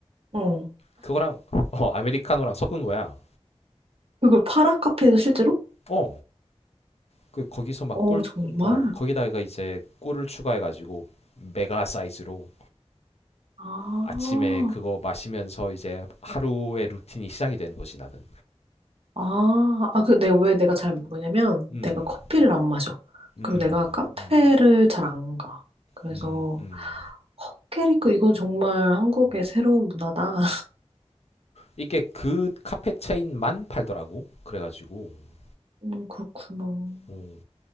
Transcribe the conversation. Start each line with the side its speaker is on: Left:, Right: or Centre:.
Right: 어.
Left: 그거랑 어 아메리카노랑 섞은 거야
Right: 그걸 팔아? 카페에서 실제로?
Left: 어 그 거기서 막
Right: 어,
Left: 꿀
Right: 정말?
Left: 어 거기다가 이제 꿀을 추가해가지고 메가 사이즈로
Right: 아,
Left: 아침에 그거 마시면서 이제 하루의 루틴이 시작이 되는 거지 나는
Right: 아, 아, 그 내가 왜 내가 잘 모르냐면
Left: 음
Right: 내가 커피를 안 마셔.
Left: 음,
Right: 그리고 내가 카페를
Left: 음,
Right: 잘 안 가. 그래서
Left: 음, 음,
Right: 헛개리카 이건 정말 한국의
Left: 음.
Right: 새로운 문화다.
Left: 이게 그 카페 체인만 팔더라고. 그래가지고.
Right: 음, 그렇구나.
Left: 어.